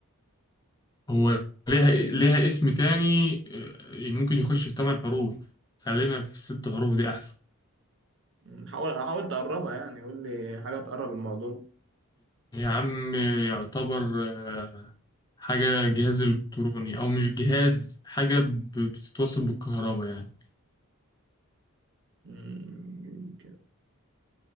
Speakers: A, on the left; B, on the right.
A: هو ليها ليها اسم تاني آه، ممكن يخش في ثمان حروف خلينا في ست حروف دي أحسن
B: مم، حاول حاول تقربها يعني قول لي حاجة تقرب الموضوع
A: يا عم يعتبر آه، حاجة جهاز إلكتروني أو مش جهاز حاجة ب- بتتوصل بالكهرباء يعني
B: مم،